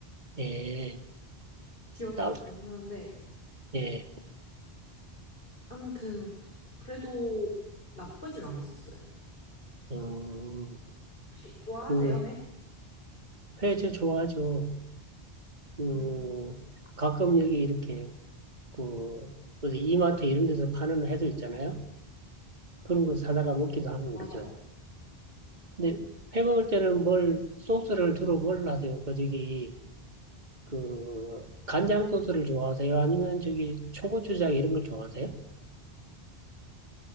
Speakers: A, on the right; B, on the left.
A: 예,
B: 기억이
A: 쌉.
B: 안 나긴 하는데.
A: 예,
B: 아무튼, 그래도 나쁘진 않았었어요.
A: 음,
B: 혹시 좋아하세요,
A: 그
B: 회?
A: 회저 좋아하죠. 그,
B: 음,
A: 가끔 여기 이렇게, 그, 어디 이마트 이런 데서 파는 해도 있잖아요? 그런 거 사다가 먹기도 하고
B: 맞아요.
A: 그러죠. 근데 해
B: 맞아요.
A: 먹을 때는 뭘, 소스를 주로 뭘 하세요? 그, 저기, 그, 간장 소스를 좋아하세요? 아니면 저기, 초고추장 이런 걸 좋아하세요?